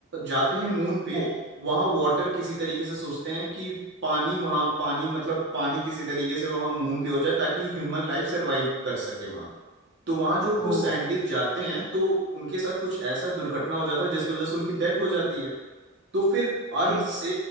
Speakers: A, on the right (about 55°); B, on the left (about 15°).
A: जाते हैं मून पे
B: हाँ
A: वहाँ वाटर किसी तरीके से सोचते हैं कि पानी वहाँ पानी मतलब पानी किसी तरीके से वहाँ मून पे हो जाए ताकि ह्यूमन लाइफ सरवाइव कर सके वहाँ तो वहाँ जो
B: ओ
A: कुछ साइंटिस्ट जाते
B: ठीक
A: हैं
B: है
A: तो उनके साथ कुछ ऐसा दुर्घटना हो जाता है जिसकी वजह से उनकी डेथ हो जाती है तो फिर अर्थ
B: ठीक
A: से